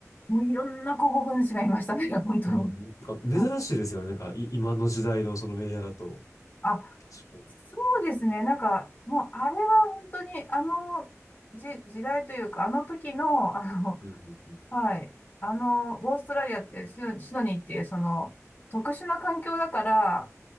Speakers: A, on the left; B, on the left.
A: もういろんな候補分子がいましたね、<laughs> 本当に。
B: いや、なんか珍しいですよね。
A: はい。
B: なんかい今の時代のそのメディアだと。
A: あ、
B: 確かに。
A: そうですね。なんか、もうあれは本当に、あの、じ、時代というか、あの時の、あの、
B: うんうんうん。
A: はい。あの、オーストラリアってシド、シドニーっていう、その、特殊な環境だから、